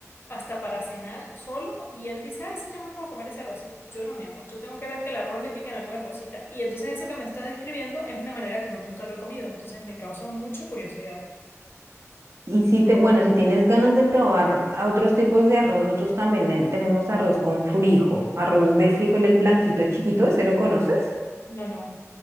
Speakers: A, on the left; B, on the right.
A: hasta para cenar solo y él dice, ay, sí, yo me puedo comer ese arrocito. Yo no, mi amor, yo tengo que ver que el arroz le pican alguna cosita. Y entonces eso que me estás describiendo es una manera como nunca lo he comido, entonces me causa mucha curiosidad.
B: Y si te, bueno, si tienes ganas de probar a otros tipos de arroz, nosotros también eh, tenemos arroz con frijol, arroz de frijol, el blanquito chiquito, ¿ese lo conoces?
A: No, no,